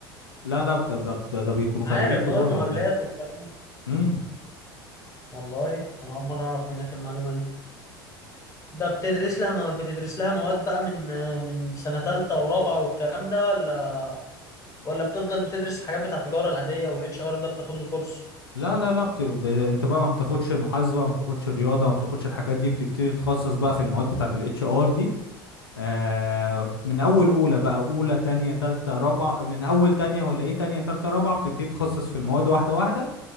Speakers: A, on the left (about 80°); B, on the left (about 25°).
A: لا لا بت- ده ده ده بيكونوا خريجين
B: عارف
A: تجارة
B: اه المقابلات
A: دول
B: والكلام ده
A: امم
B: والله انا اول مره اعرف منك المعلومه دي ده بتدرس لها مواد بتدرس لها مواد بقى من من سنة تالتة ورابعة والكلام ده ولا ولا بتفضل بتدرس الحاجات بتاع التجارة العادية والاتش ار ده بتاخد له كورس
A: لا لا لا بت... ب... انت بقى ما بتاخدش المحاسبة ما بتاخدش الرياضة ما بتاخدش الحاجات دي بتبتدي تتخصص بقى في المواد بتاعة الاتش ار دي آه من اول اولى بقى اولى تانية تالتة رابعة من اول تانية ولا ايه تانية تالتة رابعة بتبتدي تخصص في المواد واحدة واحدة